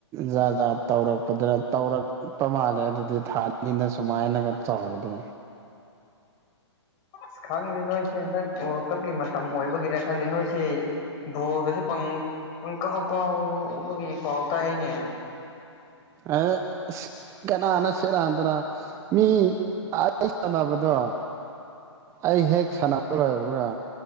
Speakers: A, on the right; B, on the left.
A: ꯖꯥꯠ ꯖꯥꯠ ꯇꯧꯔꯛꯄꯗꯔ ꯇꯧꯔꯛ ꯄ ꯃꯥꯜꯂꯦ ꯑꯗꯨꯗꯤ ꯊꯥꯑꯅꯤꯅ ꯁꯨꯃꯥꯏꯅꯒ ꯆꯥꯎꯔꯗꯤ
B: ꯑꯁ ꯈꯪꯗꯦ ꯅꯣꯏꯁꯦ ꯍꯟꯗꯛ ꯋꯥꯔꯜ ꯀꯞꯀꯤ ꯃꯇꯝ ꯑꯣꯏꯕꯒꯤꯔ ꯈꯪꯗꯦ ꯅꯣꯏꯁꯤ ꯕꯣꯜꯒꯁꯦ ꯄꯪ ꯄꯪꯀꯥꯎ ꯀꯥꯎꯕꯒꯤ ꯄꯥꯎ ꯇꯥꯏꯅꯦ
A: ꯑꯩ ꯑꯁ ꯀꯅꯥꯅ ꯁꯦꯔꯥꯟ ꯇꯨꯔꯥꯟ ꯃꯤ ꯑꯩ ꯁꯥꯟꯅꯕꯗꯣ ꯑꯩ ꯍꯦꯛ ꯁꯥꯟꯅꯕ ꯂꯣꯏꯕꯒ